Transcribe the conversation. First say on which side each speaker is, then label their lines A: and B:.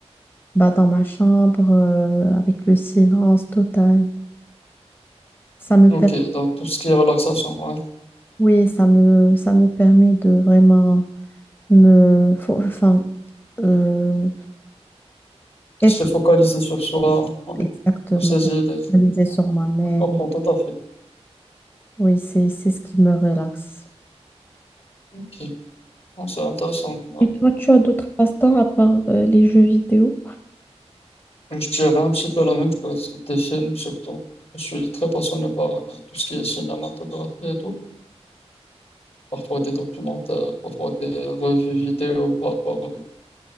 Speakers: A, on the left (about 20°); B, on the left (about 60°).
A: bah, dans ma chambre, euh, avec le silence total. Ça me
B: ok,
A: per-
B: donc tout ce qui est relaxation, ouais.
A: Oui, ça me, ça me permet de vraiment me... faut- Enfin, euh, être
B: Se focaliser sur soi, ouais.
A: exactement
B: Sur ses idées.
A: réalisée
B: Ouais.
A: sur moi-même.
B: Je comprends tout à fait.
A: Oui, c'est, c'est ce qui me relaxe.
B: Ok, Bon, c'est intéressant. Ouais.
A: Et toi, tu as d'autres passe-temps à part euh, les jeux vidéo?
B: Euh, Je dirais un petit peu la même chose, des films surtout. Je suis très passionné par euh, tout ce qui est cinématographie et tout. Parfois des documentaires, parfois des revues vidéo par rapport euh,